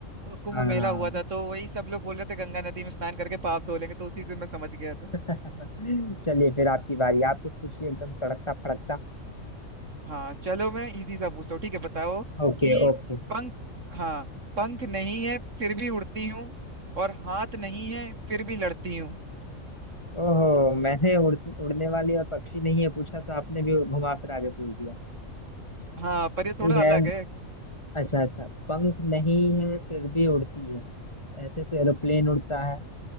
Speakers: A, on the right; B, on the left.
A: कुंभ
B: हाँ
A: मेला हुआ था तो वही सब लोग बोल रहे थे गंगा नदी में स्नान करके पाप धो लेंगे तो उसी से मैं समझ गया
B: <laughs>
A: था
B: चलिए फिर आपकी बारी आप कुछ पूछिए एकदम तड़कता फड़कता
A: हाँ चलो मैं इजी सा पूछता हूँ ठीक है बताओ
B: Okay
A: कि
B: okay
A: पंख हाँ पंख नहीं है फिर भी उड़ती हूँ और हाथ नहीं है फिर भी लड़ती हूँ
B: ओहो मैंने उड़, उड़ने वाली और पक्षी नहीं है पूछा तो आपने भी घुमा फिरा के पूछ दिया
A: हाँ पर ये थोड़ा
B: ठीक
A: अलग
B: है
A: है
B: अच्छा अच्छा पंख नहीं है फिर भी उड़ती है ऐसे तो एरोप्लेन उड़ता है